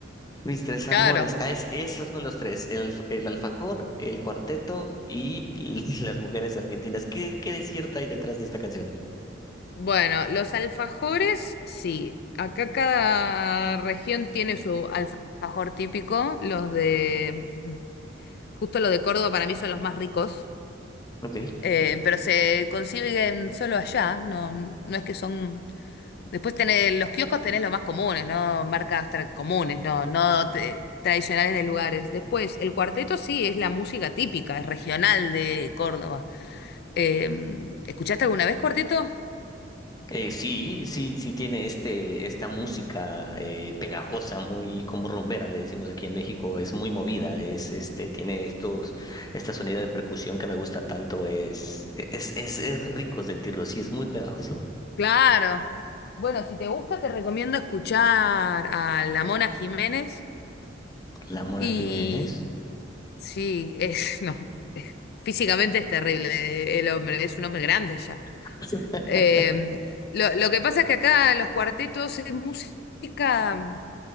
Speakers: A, on the left; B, on the left.
A: Mis tres
B: Claro.
A: amores. Ah, es- esos son los tres. El, alf- el alfajor, el cuarteto y <laughs> las mujeres argentinas. ¿Qué, qué desierto hay detrás de esta canción?
B: Bueno, los alfajores, sí. Acá cada región tiene su alfajor típico. Los de, justo los de Córdoba para mí son los más ricos.
A: Ok.
B: Eh, pero se consiguen solo allá. No, no es que son Después tenés, los kioscos tenés los más comunes, ¿no? Marcas tra- comunes, no, no te- tradicionales de lugares. Después, el cuarteto sí es la música típica, es regional de Córdoba. Eh, ¿escuchaste alguna vez cuarteto?
A: Eh, sí, sí, sí tiene este, esta música eh, pegajosa, muy como rumbera, le decimos aquí en México, es muy movida, es este, tiene estos, esta sonido de percusión que me gusta tanto, es, es, es, es rico sentirlo, sí, es muy pegajoso.
B: Claro. Bueno, si te gusta, te recomiendo escuchar a la Mona Jiménez.
A: La Mona
B: Y
A: Jiménez.
B: sí, es, <laughs> no, es- físicamente es terrible eh, el hombre, es un hombre grande ya.
A: <laughs>
B: Eh, lo, lo que pasa es que acá los cuartetos es música.